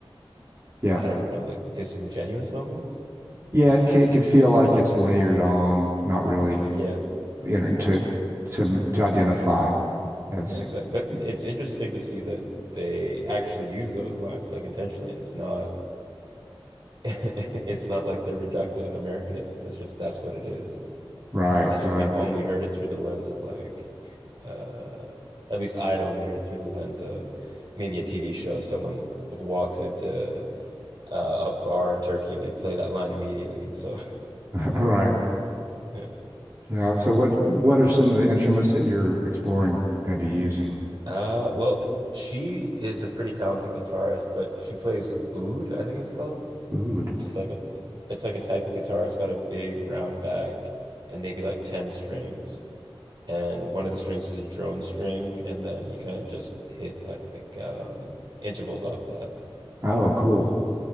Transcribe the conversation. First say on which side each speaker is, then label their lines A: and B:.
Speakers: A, on the right (about 30°); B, on the right (about 55°).
A: Yep.
B: I don't know, like disingenuous almost.
A: Yeah. It can, it can feel like it's layered on, not really
B: Yeah,
A: inter to to to identify as
B: yeah, exactly. But
A: yeah,
B: it's interesting to see that they actually use those lines like intentionally, and it's not <laughs> it's not like the reductive Americanism. It's just that's what it is.
A: right.
B: It's
A: Right.
B: just we've only heard it through the lens of like uh at least I'd only heard it through the lens of maybe a TV show. Someone walks into uh, a bar in Turkey and they play that line immediately, and so
A: <laughs> Right.
B: <laughs> yeah.
A: Yeah. So what what are some of the instruments that you're exploring, maybe using?
B: Uh, well, she is a pretty talented guitarist, but she plays oud, I think it's called,
A: Oud.
B: which is like a it's like a type of guitar. It's got a big round back and maybe like 10 strings. And one of the strings is a drone string, and then you kind of just hit like, um intervals off that.
A: Oh, cool.